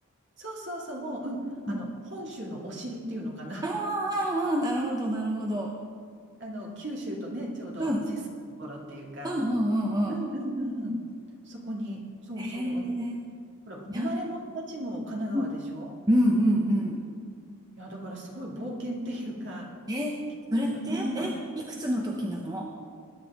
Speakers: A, on the right; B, on the right.
A: そうそうそう、もう、うん、
B: うん
A: あの、本州のお尻っていうのかな。
B: あーあー、あーなるほど、なるほど。
A: <laughs> あの、九州とね、ちょうど接するところっていうか。
B: うん、うん、うん、う
A: うん、
B: んうん。
A: うん、うん、うん。そこに、そうそう、
B: へえー、
A: 私、ほら、もう生まれも育ちも神奈川でしょ
B: いや、うん、うん、うん。
A: うん。
B: うん
A: いや、だからすごい冒険っていうか、
B: え、
A: 結構が、
B: それって、
A: うん。
B: え、いくつの時なの